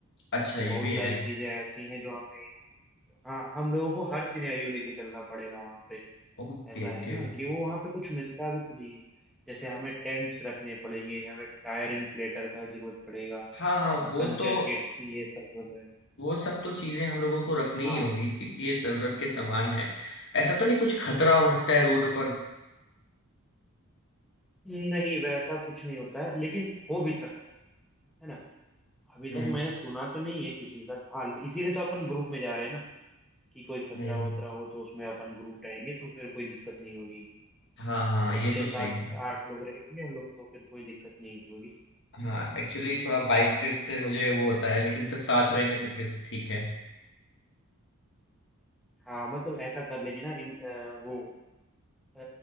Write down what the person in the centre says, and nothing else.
जैसे
बहुत
सारी
चीज़ें ऐसी हैं जो हमें हाँ हम लोगों को हर सिनेरियो लेके चलना पड़ेगा वहाँ पे
ऐसा है
ना
कि वो वहां पे कुछ मिलता भी तो नहीं है जैसे हमें टेंट्स रखने पड़ेंगे हमें टायर इन्फ्लेटर का जरूरत पड़ेगा
अ,
पंचर
किट्स ये सब वगैरह
हाँ
नहीं वैसा कुछ नहीं होता है लेकिन हो भी सकता है है ना अभी
तक मैंने सुना तो नहीं है किसी का हाँ इसीलिए तो अपन ग्रुप में जा रहे हैं ना कि कोई खतरा
वतरा हो तो उसमें अपन ग्रुप रहेंगे तो फिर कोई दिक्कत नहीं होगी
अब
छह
सात
आठ लोग रहेंगे हम लोग तो फिर कोई दिक्कत नहीं होगी
हाँ मतलब ऐसा कर लेंगे ना इन अ, वो अ,